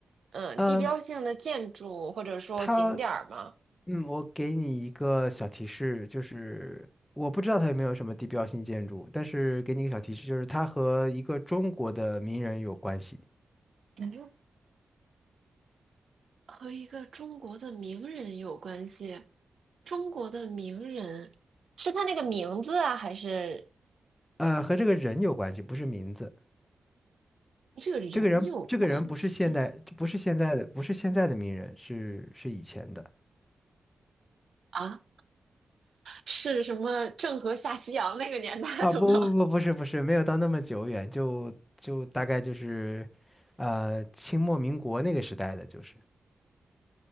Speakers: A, on the right (about 70°); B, on the left (about 20°).
A: 嗯、呃地标性的建筑或者说景点儿吗？
B: 嗯，它嗯，我给你一个小提示，就是我不知道它有没有什么地标性建筑，但是给你一个小提示，就是它和一个中国的名人有关系，
A: 感觉和一个中国的名人有关系。中国的名人是他那个名字啊，还是
B: 呃，和这个人有关系，不是名字。
A: 和这个人有关系
B: 这个人，这个人不是现代，不是现在的，不是现在的名人，是是以前的
A: 啊？是什么郑和下西洋那个年代的吗？
B: 啊！不不不，不是不是，没有到那么久远，就就大概就是，呃，清末民国那个时代的，就是